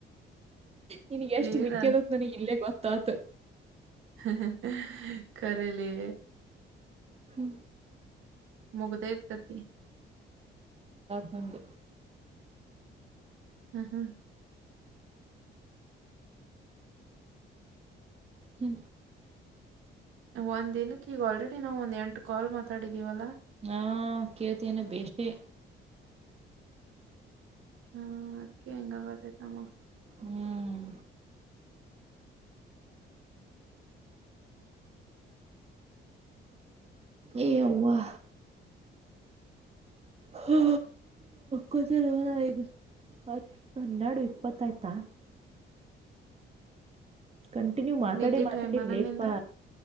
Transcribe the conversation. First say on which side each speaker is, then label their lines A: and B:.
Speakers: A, on the right; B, on the right.
A: ನಿನಗ್ ಎಷ್ಟ
B: ಏನ್
A: ಮಿಕ್ಕ್ಯದತ್ ನನಗ್ ಇಲ್ಲೇ ಗೊತ್ತಾತ
B: ಹ್ಮ ಕರಲಿ
A: ಹ್ಮ್
B: ಮುಗದೇದ ಕತಿ
A: ನಂದ
B: ಹ್ಮ್ ಹ್ಮ್
A: ಹ್ಮ್
B: ಒಂದ್ ದಿನಕ್ಕೆ ಈಗ ಆಲ್ರೆಡಿ ನಾವವು ಒಂದ್ ಎಂಟು ಕಾಲ್ ಮಾತಾಡಿದೀವಲ್ಲಾ
A: ಹಾ ಕತನೆ ಬಸೆ
B: ಹ್ಮ್ ಅದ್ಕ್ಕೆ ಹೆಂಗ ಬತತಮಗ
A: ಹ್ಮ್ ಎವಾ ಹಾ ಕುತರವ ಆಗ ಹತ್ ಹನ್ನೆರಡು ಇಪ್ಪತ್ತ ಆಯ್ತಾ ಕಂಟಿನ್ಯೂ ಮಾತಾಡಿ
B: ನಿದ್ದಿ
A: ಮಾತಾಡಿ
B: ಟೈಮ್ ಅನ
A: ಇಲೇಪಾ
B: ನಿಂದ